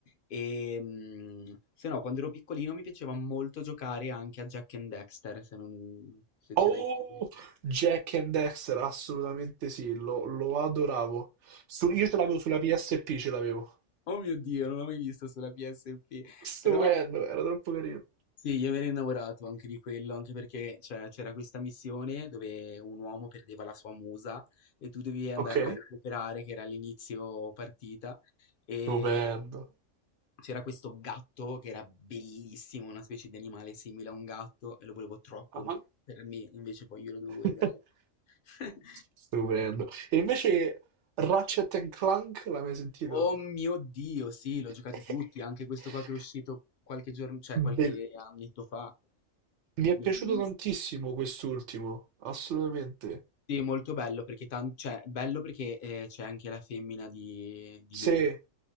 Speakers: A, on the left; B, on the right.
A: E mm, se no, quando ero piccolino mi piaceva molto giocare anche a Jack and Dexter, se non, se ce
B: Oh,
A: l'hai presente.
B: Jack and Dexter, assolutamente sì, lo, lo adoravo. Su- io ce l'avevo sulla PSP, ce l'avevo.
A: Oh mio Dio, non l'ho mai visto sulla PSP,
B: Stupendo,
A: però...
B: era troppo carino.
A: Sì, io mi ero innamorato anche di quello, anche perché cioè, c'era questa missione dove un uomo perdeva la sua musa e tu dovevi andarla
B: Ok,
A: a recuperare, che era all'inizio partita, e
B: stupendo.
A: c'era questo gatto che era bellissimo, una specie di animale simile a un gatto, e lo volevo troppo
B: Ah.
A: per me, invece poi io lo dovevo
B: <laughs>
A: ridare. al- <laughs>
B: Stupendo. E invece Ratchet and Clank, l'hai mai sentito?
A: Oh mio Dio, sì, l'ho
B: <laughs>
A: giocati tutti, anche questo qua che è uscito qualche giorno, cioè qualche
B: Bellissimo.
A: annetto fa,
B: Mi
A: bellissimo.
B: è piaciuto tantissimo quest'ultimo, assolutamente.
A: Sì, molto bello perché tan cioè, bello perché, ehm, c'è anche la femmina di di
B: Se,
A: lui.